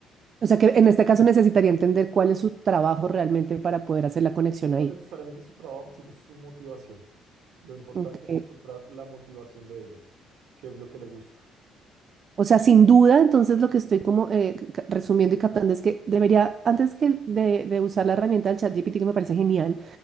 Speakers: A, on the right (about 50°); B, on the right (about 75°).
A: O sea que en este caso necesitaría entender cuál es su trabajo realmente para poder hacer la conexión
B: No
A: ahí.
B: necesariamente su trabajo, sino su motivación. Lo importante
A: Ok.
B: es encontrar la motivación de ella, qué es lo que le gusta.
A: O sea, sin duda, entonces lo que estoy como eh, ca- resumiendo y captando es que debería, antes que el- de, de usar la herramienta del ChatGPT, que me parece genial,